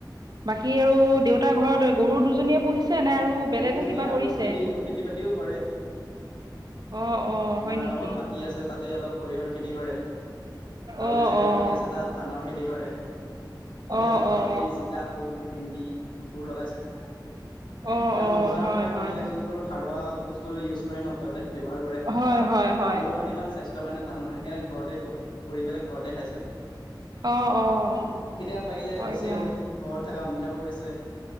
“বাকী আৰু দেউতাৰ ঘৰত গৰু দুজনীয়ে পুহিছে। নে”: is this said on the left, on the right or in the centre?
Right